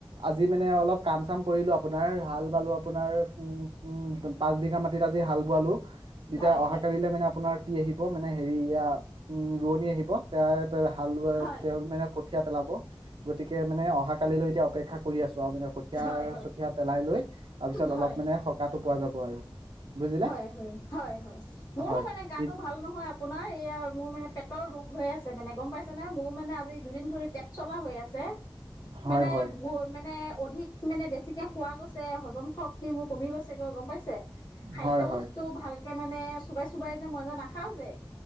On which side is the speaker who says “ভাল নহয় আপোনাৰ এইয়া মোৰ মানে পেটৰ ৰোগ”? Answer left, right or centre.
Left